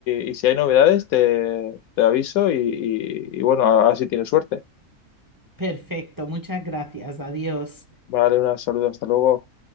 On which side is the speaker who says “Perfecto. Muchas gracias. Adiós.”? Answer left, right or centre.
Right